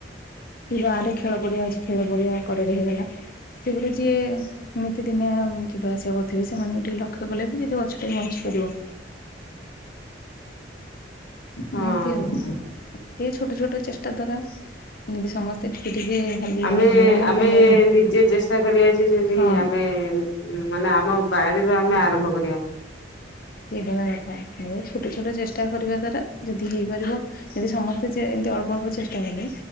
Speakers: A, on the left (about 50°); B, on the left (about 75°).
A: କି ଗାଁ ରେ ଖେଳ ପଡିଆ ଅଛି, ଖେଳ ପଡିଆ କଡରେ ହେଇଗଲା, ସେଗୁଡା ଯିଏ ନିତିଦିନିଆ ଯିବା ଆସିବା କରୁଥିବେ, ସେମାନେଙ୍କୁ ଟିକେ ଲକ୍ଷ୍ୟ କଲେ ବି ଗଛଟେ ବଞ୍ଚିପାରିବ।
B: ହଁ
A: ଏମିତି ଆଉ ଏମିତି ଛୋଟ ଛୋଟ ଚେଷ୍ଟା ଦ୍ଵାରା ଏମତି ସମସ୍ତେ ଟିକେ ଟିକେ ଖାଲି
B: ଆମେ
A: ମୁଁ
B: ଆମେ
A: ତମେ ନୁହେଁ
B: ନିଜେ ଚେଷ୍ଟା କରିବା ଯେ ଯଦି
A: ହଁ
B: ଆମେ ମାନେ ଆମ ବାଡିରୁ ଆମେ ଆରମ୍ଭ କରିବା।
A: ସେଇଟାର କଥା ଏ ଛୋଟ ଛୋଟ ଚେଷ୍ଟା କରିବା ଦ୍ଵାରା ଯଦି ହେଇପାରିବ। ଯଦି ସମସ୍ତେ ଏମିତି ଅଳ୍ପ ଅଳ୍ପ ଚେଷ୍ଟା କଲେ।